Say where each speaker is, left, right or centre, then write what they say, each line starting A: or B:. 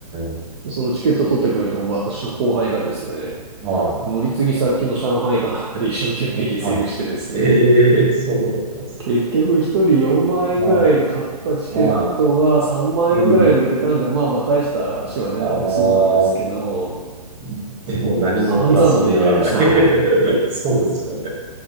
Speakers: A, on the right (about 25°); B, on the right (about 45°).
A: え、
B: そのチケット取ってくれた私の後輩がですね、
A: は
B: 乗り継ぎ先の上海かなんかで一生懸命リセールしてですね、
A: い、はい。ええ、そうだったっすね。
B: 結局一人4万円ぐらいで買ったチケットが3万円ぐらいで売れたんで、
A: はい、はい。うん。
B: まあまあ大した足は出なくて済んだんですけど、
A: ああ、<laughs> でも何もプラスにならない
B: 散々な目に遭いましたはい
A: <laughs> そうですよね。